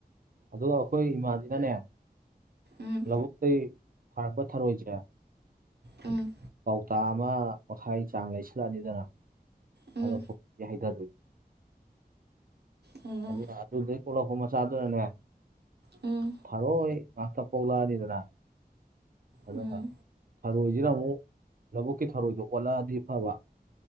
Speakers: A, on the right; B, on the right.
A: ꯑꯗꯣ ꯑꯩꯈꯣꯏ ꯏꯃꯥꯖꯤꯅꯅꯦ
B: ꯎꯝ
A: ꯂꯧꯕꯒ ꯀꯩ ꯐꯥꯔꯄ ꯊꯔ ꯋꯥꯏ ꯆ
B: ꯎꯝ
A: ꯀꯧꯇꯥ ꯑꯃ ꯃꯈꯥꯏ ꯆꯥꯡ ꯂꯩꯁꯤꯜꯂꯛꯑꯅꯤꯗꯅ
B: ꯎꯝ
A: ꯑꯗꯣ ꯍꯥꯏꯊꯔ
B: ꯎꯝ
A: ꯑꯜꯂ ꯑꯗꯨ ꯑꯗꯨꯗꯤꯩ ꯀꯣꯂꯄ ꯃꯆꯥꯗꯨꯅꯅꯦ
B: ꯎꯝ
A: ꯊꯥꯔꯑꯣ ꯉꯇ ꯄꯣꯛꯂꯅꯤꯗꯅ ꯑꯗꯨꯒ
B: ꯎꯝ
A: ꯊꯔꯣꯏꯁꯤꯅ ꯑꯃꯨꯛ ꯂꯧꯕꯨꯛꯀꯤ ꯊꯔꯣꯏꯗꯣ ꯑꯣꯜꯂꯛꯑꯗꯤ ꯐꯕ